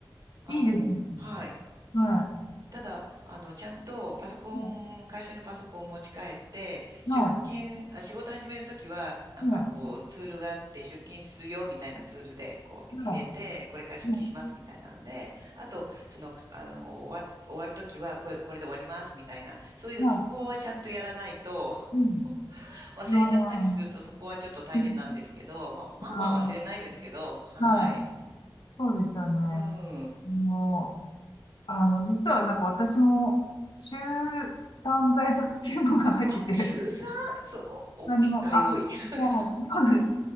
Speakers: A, on the right; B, on the left.
A: あの、
B: い。いいですね。
A: はい。
B: は
A: ただ、あの、ちゃんとパソコン、
B: い、はい、
A: 会社のパソコンを持ち帰って、出勤、
B: はい、
A: あ仕事始めるときは、なんかこう、
B: はい、
A: ツールがあって、出勤するよ、みたいなツールで、こう、
B: は
A: 入れて、これから出勤します、
B: い、はい、
A: みたいなので、あと、その、あの、終わ、終わるときは、これ、これで終わります、みたいな、そういう、
B: は
A: そこはちゃんとやらないと、
B: い、うん。
A: <laughs> 忘れちゃったりすると、
B: あ
A: そこはちょっと大変なんですけど、
B: ーうん
A: まあ、まあまあ忘れないですけど、
B: あ
A: はい。
B: ーはい、そうですよね。
A: うん。
B: もう、あの、実はなんか私も、週3在宅勤務が入ってて、
A: あ、週 3? そう、お、
B: あの、
A: 1回多い。
B: あ、
A: <laughs>
B: もう、<laughs> そうなんです。